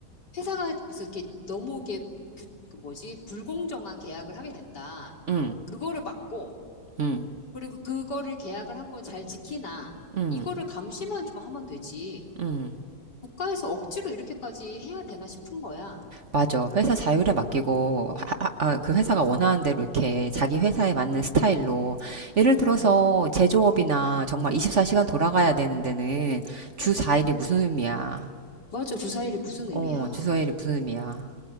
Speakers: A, on the left; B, on the right.
A: 회사가 무슨 이렇게 너무 이렇게 규- 그 뭐지 불공정한 계약을 하게 된다.
B: 음.
A: 그거를 막고
B: 음.
A: 그리고 그거를 계약을 한 거 잘 지키나
B: 음.
A: 이거를 감시만 좀 하면 되지.
B: 음.
A: 국가에서 억지로 이렇게까지 해야 되나 싶은 거야.
B: 맞아. 회사 자율에 맡기고, 하- 하- 아, 그 회사가 원하는 대로 이렇게 자기 회사에
A: 음,
B: 맞는 스타일로. 예를
A: 음.
B: 들어서 제조업이나 정말 24시간 돌아가야 되는 데는 주 4일이 무슨 의미야.
A: 맞아. 주사일이 무슨 의미야.
B: 어, 주 4일이 무슨 의미야.